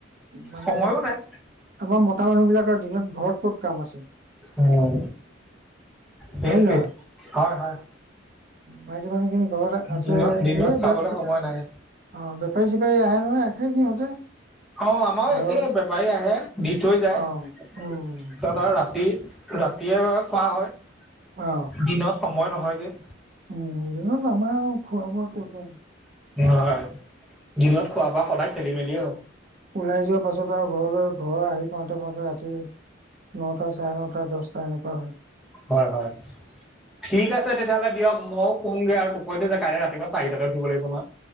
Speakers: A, on the right (about 45°); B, in the centre.
A: মানে।
B: সময়ো নাই
A: আমাৰ মতা মানুহ বিলাকৰ দিনত, ঘৰত ক'ত কাম আছিল?
B: উম সেইটোৱে
A: হয় নহয়?
B: হয় হয়।
A: মাইকী মানুহখিনি ঘৰত আছে।
B: দিনত দিনত
A: এ,
B: খাবলৈ
A: অ',
B: সময় নাই
A: বেপাৰী -চেপাৰী আহে নহয়। ৰাখে সিহঁতে-
B: অ', আমাৰো
A: আৰু
B: একেই, বেপাৰী আহে। দি থৈ যায়।
A: অ
B: পিছত
A: উম
B: আৰু ৰাতি। ৰাতিয়ে ব খোৱা হয়।
A: অ
B: দিনত সময় নহয়গে।
A: উম, দিনত আমাৰ খোৱা বোৱা কত?
B: হয়। দিনত খোৱা- বোৱা সদায় খেলি মেলিয়ে হয়।
A: ওলাই যোৱা পাছত আৰু। ঘৰলৈ ঘৰ আহি পাওঁতে -পাওঁতে ৰাতি নটা চাৰে নটা, দহটা এনেকুৱা হয়।
B: হয় হয় ঠিক আছে তেতিয়াহ'লে দিয়ক ময়ও কমগৈ আৰু টোপটো যে কাই ৰাতিপুৱা চাৰিটাতে উঠিব লাগিব নয়